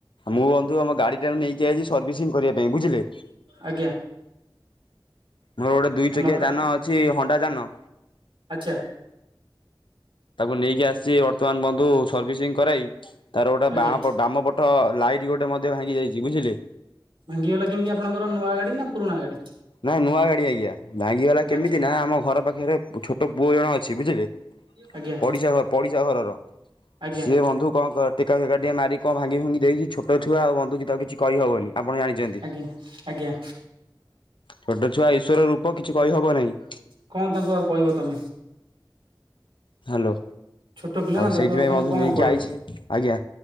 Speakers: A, on the left; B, on the right.
A: ମୁଁ ବନ୍ଧୁ ଆମ ଗାଡି ଟାକୁ ନେଇକି ଆଛି ସର୍ଭିସିଂ କରିବା ପାଇଁ ବୁଝିଲେ
B: ଆଜ୍ଞା
A: ମୋର ଗୋଟେ ଦୁଇ ଚକିଆ
B: ମଟର
A: ଯାନ ଅଛି ହଣ୍ଡା ଯାନ
B: ଆଚ୍ଛା
A: ତାକୁ ନେଇକି ଆସିଛି ବର୍ତ୍ତମାନ ବନ୍ଧୁ ସର୍ଭିସିଂ କରାଇ ତାର ଗୋଟେ
B: ଆଜ୍ଞା
A: ବାମ ପଟ ଲାଇଟ୍ ଗୋଟେ ମଧ୍ୟ ଭାଙ୍ଗି ଯାଇଛି ବୁଝିଲେ
B: ଭାଙ୍ଗିଗଲା କେମିତି ଆପଣଙ୍କର ନୂଆ ଗାଡି ନା ପୁରୁଣା ଗାଡି
A: ନାଇଁ ନୂଆ ଗାଡି ଆଜ୍ଞା ଭାଙ୍ଗିଗଲା କେମିତି
B: ଆଚ୍ଛା
A: ନା ଆମ ଘର ପାଖରେ ଛୋଟ ପୁଅ ଜଣ ଅଛି ବୁଝିଲେ
B: ଆଜ୍ଞା
A: ପଡିଶା ଘ ପଡିଶା ଘରର
B: ଆଜ୍ଞା
A: ସିଏ ବନ୍ଧୁ କଣ ଟେକା ଫୋକା ଟିକେ ମାରି କଣ ଭାଙ୍ଗି ଫାଙ୍ଗି ଦେଇଛି ଛୋ ତୋ ଛୁଆ ଆଉ ବନ୍ଧୁକୀ ତାକୁ କିଛି କହିହବନି ଆପଣ ଜାଣିଛନ୍ତି
B: ଆଜ୍ଞା ଆଜ୍ଞା
A: ଛୋଟ ଛୁଆ ଈଶ୍ୱର ରୂପ କିଛି କହିହବ ନାହିଁ
B: କଣ ତାଙ୍କୁ ଆଉ କହିବ ତମେ
A: ହ୍ୟାଲୋ
B: ଛୋଟ ପିଲା ନା
A: ଆଉ
B: ତାକୁ
A: ସେଇଥିପାଇଁ
B: ତମେ
A: ବନ୍ଧୁ
B: କଣ
A: ନେଇକି
B: କହିବ
A: ଆଇଛି ଆଜ୍ଞା